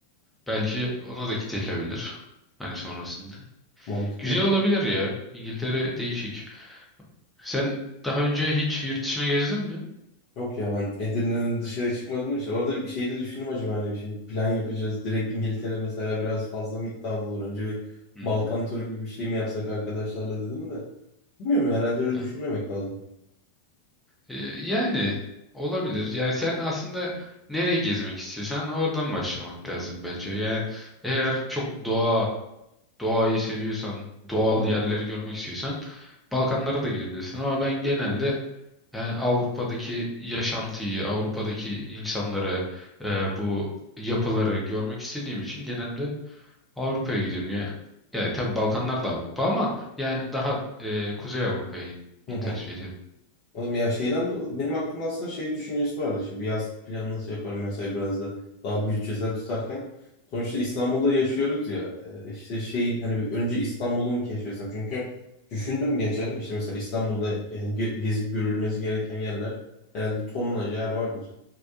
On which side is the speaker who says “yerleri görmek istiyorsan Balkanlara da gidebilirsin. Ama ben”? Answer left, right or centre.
Centre